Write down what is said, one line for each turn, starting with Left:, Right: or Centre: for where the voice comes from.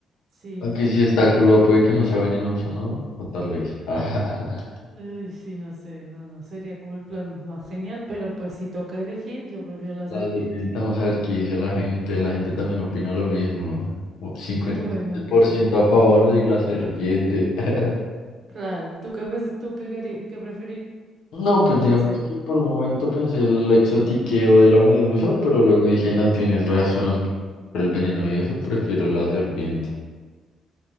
Right: Sí,
Left: aunque
Right: sí, sí.
Left: si está cruda puede que no sea venenoso, ¿no? O tal vez. <laughs>
Right: Ay, sí, no sé, no, no, sería como el plan más genial, pero pues si toca elegir, yo prefiero la
Left: La
Right: serpiente.
Left: sirvienta, vamos a ver qué dice la gente. La gente también opina lo mismo. O- cincuenta
Right: Qué bueno,
Left: y siete
Right: mira.
Left: por ciento a favor de la serpiente. <laughs>
Right: Claro, ¿tú qué, pens- tú qué, querí- qué preferirías
Left: No, pues digamos
Right: ahí?
Left: que por un momento pensé el exotiqueo de la medusa, pero luego dije, no, tienes razón. Por el veneno y eso, prefiero la serpiente.